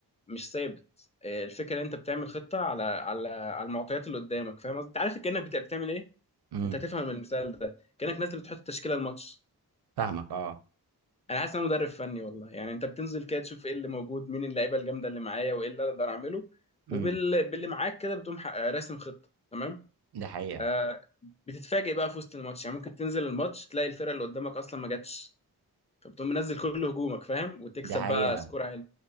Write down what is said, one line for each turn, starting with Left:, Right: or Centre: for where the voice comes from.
Left: مش ثابت آه، الفكره إن انت بتعمل خطه على على على المعطيات اللي قدامك فاهم قصدي انت عارف كانك بت- بتعمل ايه
Right: امم
Left: انت هتفهم من المثال ده كانك نازل بتحط تشكيله الماتش
Right: فاهمك اه
Left: انا حاسس ان انا مدرب فني والله يعني انت بتنزل كده تشوف ايه اللي موجود مين اللعيبه الجامده اللي معايا وايه اللي أنا اقدر اعمله وبال
Right: امم
Left: باللي معاك كده بتقوم ح- آه، راسم خطه تمام
Right: دي حقيقه
Left: آه، بتتفاجئ بقى في وسط الماتش يعني ممكن تنزل الماتش تلاقي الفرقه اللي قدامك اصلا ما جاتش فبتقوم منزل كل هجومك فاهم وتكسب
Right: دي حقيقه
Left: بقى سكور عالي